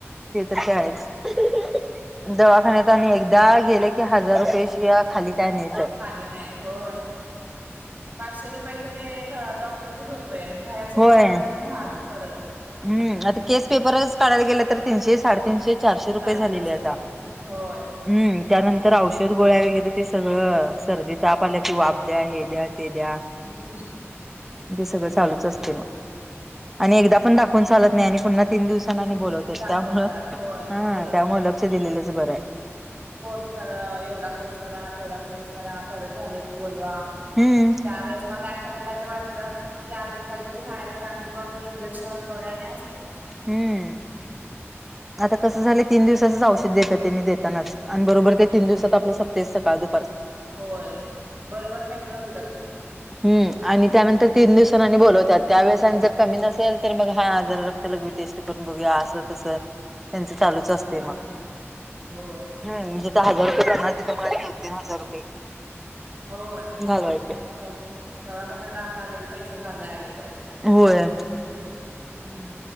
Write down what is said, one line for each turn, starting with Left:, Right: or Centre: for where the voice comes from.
Centre: ते तर काय आहेच. <unintelligible> दवाखान्यात आणि एकदा गेले कि हजार रुपयेशीव्या खाली काय नाही.
Right: खाली नाही होय. पाचशे रुपयाच ते द डॉक्टरचच होतय आणि बाहेर च्या
Centre: होय
Right: गोळ्या तेन महाग परत.
Centre: हम्म आता केस पेपरच काढायला गेले तर तीनशे साडेतीनशे चारशे रुपये
Right: साडेतीनशे
Centre: झालेले आता.
Right: होय
Centre: हम्म त्यानंतर औषध गोळ्या वगैरे ते सगळं सर्दी ताप आल कि वाप द्या हे द्या ते द्या.
Right: हम्म.
Centre: दे सगळं चालूच असते बा आणि एकदा पण दाखवून चालत नाही आणि पुन्हा तीन दिवसांन आणि बोलवते
Right: दाखवतात
Centre: त्यामुळं
Right: होय
Centre: हम्म
Right: बोलवतात.
Centre: त्यामुळं लक्ष दिलेलंच बरंय.
Right: कोर्स करा एवढा कोर्स करा तेवढा कोर्स करा परत झालं की बोलवा.
Centre: हम्म
Right: त्यावेेळेस मग आणि त्यांना कायतर वाट लं की अजून काहीतरी हाय तर आणि मग इंजक्शन गोळ्या आणि असते.
Centre: हम्म आता कस झालंय तीन दिवसाचच औषध देतात त्यांनी देतानाच. आणि बरोबर ते तीन दिवसात आपलं सप्तय सकाळ दु
Right: होय बरोबर मेजुनच देतात तेनी.
Centre: हम्म आणि त्यानंतर तीन दिवसानं आणि बोलवतात त्यावेळेस आणि जर कमी नसेल तर मग हा जर लगवी टेस्ट पण बघूया असं तस त्यांच चालूच असते
Right: हा
Centre: मग.
Right: होय.
Centre: हम्म जिथं हजार रुपये करणार तिथं म आणि दोन तीन हजार रुपये.
Right: होय
Centre: घालवायचे
Right: द दवाखान्याला आता लई पैसा चाललाय आलीकडं.
Centre: होय
Right: हम्म